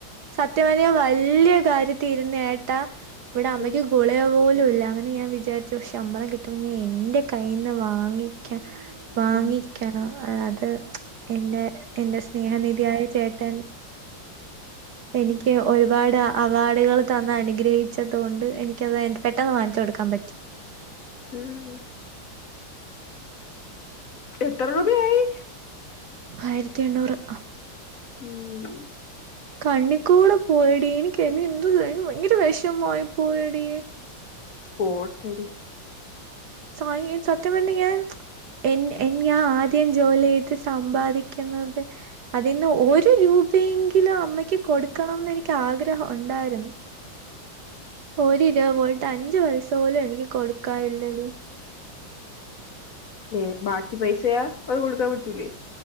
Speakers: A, on the right (about 60°); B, on the left (about 45°).
A: സത്യംവഞ്ഞാൽ വല്യ കാര്യത്തി ഇരുന്നേട്ടാ ഇവിടെ അമ്മയ്ക്ക്
B: ഉം
A: ഗുളിക പോലും ഇ ല്ല അങ്ങനെ ഞാൻ വിചാരിച്ചു പക്ഷെ ശമ്പളം കിട്ടുമ്പോ ഞാൻ എന്റെ കയ്യിന്ന് വാങ്ങിക്കാൻ വാങ്ങിക്കണം
B: ഉം
A: അത് എൻറെ എന്റെ സ്നേഹനിധിയായ ചേട്ടൻ എനിക്ക് ഒരുപാട് അവാർഡുകള് തന്നനുഗ്രഹിച്ചതുകൊണ്ട് എനിക്കത് എ പെട്ടെന്ന് വാങ്ങി ച്ചെടുക്കാൻ പറ്റി
B: ഉം എത്ര രൂപയായി?
A: ആയിരത്തി എണ്ണൂറ്.
B: ഉം
A: കണ്ണികൂടെ പോയടി എനിക്ക് എന്നെ എന്ത് എനിക്ക് ഭയങ്കര വിഷമായി പോയടി.
B: പ്പോട്ടെടി.
A: സയൻ സത്യമായിട്ടും ഞാൻ എന്നെ എൻ ഞാൻ ആദ്യം ജോലി ചെയ്ത് സമ്പാദിക്കുന്നത് അതിന്ന് ഒരു രൂപയെങ്കിലും അമ്മക്ക് കൊടുക്കണംന്നെനിക്കാഗ്രഹം ഒണ്ടാരുന്നു. ഒരു രൂപ പോയിട്ട് അഞ്ചു പൈസ പോലും എനിക്ക് കൊടുക്കാനില്ലടി.
B: എ ബാക്കി പൈസയൊ അത് കൊടുക്കാൻ പറ്റൂലേ?